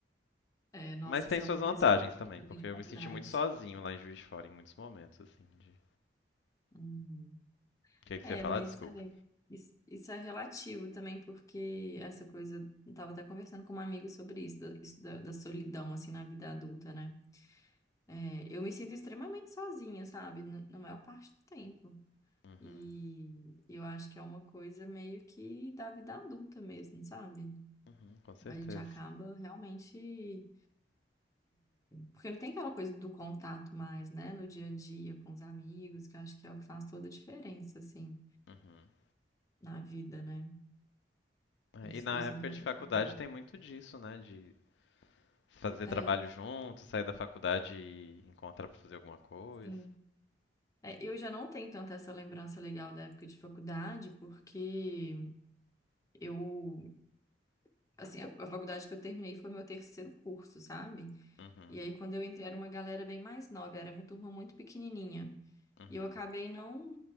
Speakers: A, on the left (about 20°); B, on the left (about 70°).
A: É, nossa,
B: Mas tem
A: isso
B: suas
A: é uma
B: vantagens
A: coisa que
B: também,
A: eu
B: porque
A: tenho de
B: eu
A: faculdade.
B: me senti muito sozinho lá em Juiz de Fora em muitos momentos, assim, de... O
A: Uhum.
B: que que
A: É,
B: você ia falar?
A: mas
B: Desculpa.
A: é, isso, isso é relativo também, porque essa coisa, eu tava até conversando com uma amiga sobre isso, da, isso da, da solidão, assim, na vida adulta, né? É, eu me sinto extremamente sozinha, sabe? No- Na maior parte do tempo.
B: Uhum.
A: E eu acho que é uma coisa meio que da vida adulta mesmo, sabe?
B: Uhum, com certeza.
A: A gente acaba realmente. Porque não tem aquela coisa do contato mais, né? No dia a dia, com os amigos, que eu acho que é o que faz toda a diferença, assim,
B: Uhum.
A: na vida, né?
B: É,
A: Eu,
B: E na
A: eu sinto
B: época
A: muita
B: de faculdade
A: falta.
B: tem muito disso, né? De fazer trabalho
A: É,
B: junto, sair da faculdade e encontrar pra fazer alguma coisa.
A: sim. É, eu já não tenho tanta essa lembrança legal da época de faculdade, porque eu, assim, a, a faculdade que eu terminei foi meu terceiro curso, sabe?
B: Uhum,
A: E aí, quando eu entrei, era uma galera bem mais nova, era uma turma muito pequenininha.
B: uhum,
A: E eu acabei não,